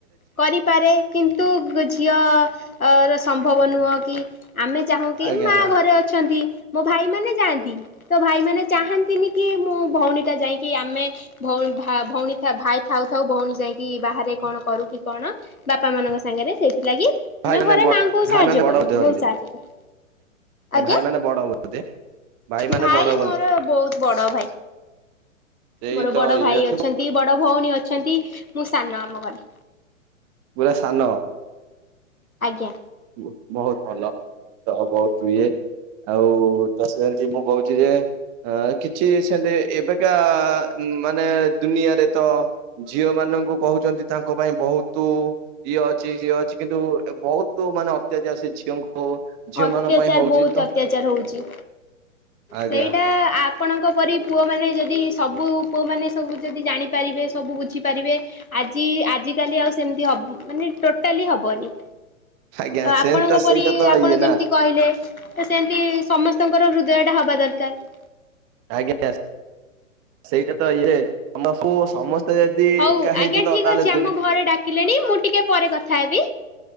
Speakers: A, on the left; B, on the right.
A: କରିପାରେ କିନ୍ତୁ ଝିଅ ର ସମ୍ଭବ ନୁହେଁ କି ଆମେ ଚାହୁଁ କି
B: ଆଜ୍ଞା
A: ମା ଘରେ ଅଛନ୍ତି। ମୋ ଭାଇ ମାନେ ଯାଆନ୍ତି ତ ଭାଇ ମାନେ ଚାହାନ୍ତିନି କି ମୁଁ ଭଉଣୀ ଟା ଯାଇକି ଆମେ ଭଉଣୀ ଭ ଭଉଣୀ ଭାଇ ଥାଉ ଥାଉ ଭଉଣୀ ଯାଇକି ବାହାରେ କଣ କରୁ କି କଣ ବାପା ମାନଙ୍କ ସାଙ୍ଗରେ ସେଇଥିଲାଗି
B: ଭାଇ
A: ଆମେ
B: ମାନେ
A: ଘରେ
B: ବ
A: ମାଆଙ୍କୁ
B: ଭାଇ
A: ସାହାଯ୍ୟ
B: ମାନେ ବଡ
A: କରୁ
B: ବୋଧେ ଅଛନ୍ତି।
A: ବହୁତ ସାହାଯ୍ୟ କରୁ ଆଜ୍ଞା।
B: ଭାଇ ମାନେ ବଡ ବୋଧେ ମାନେ
A: ଭାଇ
B: ବଡ ହବନି
A: ମୋର ବହୁତ ବଡ ଭାଇ।
B: ସେଇ
A: ମୋର
B: ତ
A: ବଡ
B: ଇଏ
A: ଭାଇ ଅଛନ୍ତି ବଡ ଭଉଣୀ ଅଛନ୍ତି ମୁଁ ସାନ ଆମ ଘରେ।
B: ପୁରା ସାନ।
A: ଆଜ୍ଞା
B: ବୋ ବହୁତ ଭଲ ତ ବହୁତ ଇଏ। ଆଉ <unintelligible> ମୁଁ କହୁଛି ଯେ ଆ କିଛି ସେମିତି ଏବେକା ମାନେ ଦୁନିଆରେ ତ ଝିଅ ମାନଙ୍କୁ କହୁଛନ୍ତି ତାଙ୍କ ପାଇଁ ବହୁତ ତୁ ଇଏ ଅଛି ସିଏ ଅଛି କିନ୍ତୁ ବହୁତ ମାନେ ଅତ୍ୟାଚାର ସେ ଝିଅଙ୍କୁ ଝିଅ
A: ଅତ୍ୟାଚାର
B: ମାନଙ୍କ ପାଇଁ ହଉଛି
A: ବହୁତ
B: ତ
A: ଅତ୍ୟାଚାର ହଉଛି
B: ଆଜ୍ଞା
A: ସେଇଟା ଆ ଆପଣଙ୍କ ପରି ପୁଅମାନେ ଯଦି ସବୁ ପୁଅମାନେ ସବୁ ଯଦି ଜାଣିପାରିବେ ସବୁ ବୁଝିପାରିବେ ଆଜି ଆଜିକାଲି ଆଉ ସେମିତି ହବ ମାନେ ଟୋଟାଲି ହବନି।
B: ଆଜ୍ଞା
A: ଆପଣଙ୍କ
B: ସେମତି ତ
A: ପରି
B: ସେଇଟା ତ
A: ଆପଣ
B: ଇଏ
A: ଯେମିତି
B: ନା
A: କହିଲେ ସେମିତି ସମସ୍ତଙ୍କର ହୃଦୟ ଟା ହବା ଦରକାର।
B: ଆଜ୍ଞା ସେଇଟା ତ ଇଏ ତମକୁ ସମସ୍ତେ ସମସ୍ତେ ଯଦି
A: ହଉ
B: ଏକା ହେଇଚି
A: ଆଜ୍ଞା
B: ତ
A: ଠିକ୍
B: ତାହାଲେ
A: ଅଛି ଆମ
B: ଦୁନ
A: ଘରେ ଡାକିଲେଣି ମୁଁ ଟିକେ ପରେ କଥା ହେବି।